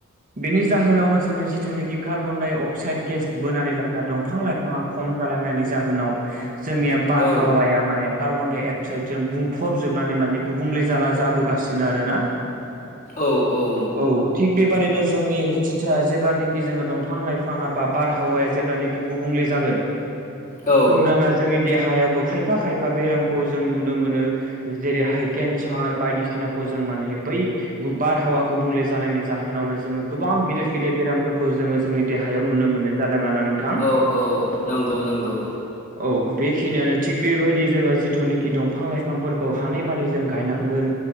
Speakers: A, on the right; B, on the left.
A: बेनि जाहोनावनो जोंनि जिथुनाखि कार्बन डाइ अक्साइड गेस बोनानै लांग्रा दंफां लाइ फाङा खम जालांनायनि जाहोनाव जोंनिया बारहावाया
B: औ
A: माने कार्बनडाइ अक्साइडजों बुंफबजोबनानै माने गुबुंले जाला जाबोगासिनो आरोना
B: औ औ
A: औ थिग बेबादिनो जोंनि जिथि जेब्लानेखि जोङो दंफां लाइफाङा बा बारहावाया जेब्लाने गुबुंले जागोन
B: औ
A: होमब्लाना जोंनि देहायावबो खायफा खायफा बेरामखौ जों नुनो मोनो जेरैहाय केन्सार बायदिसिनाखौ जों माने बै बारहावा गुबुंले जानायनि जाहोनावनो जोङो गोबां गेदेर गेदेर बेरामफोरखौ जोङो जोंनि देहायाव नुनो मोनो जादों आरो नों
B: औ औ नंगौ नंगौ
A: औ बेखिनियानो थिग बेबायदि जोङो जिथुनाखि दंफां लाइफांफोरखौ हानायमानि जों गायनां गोन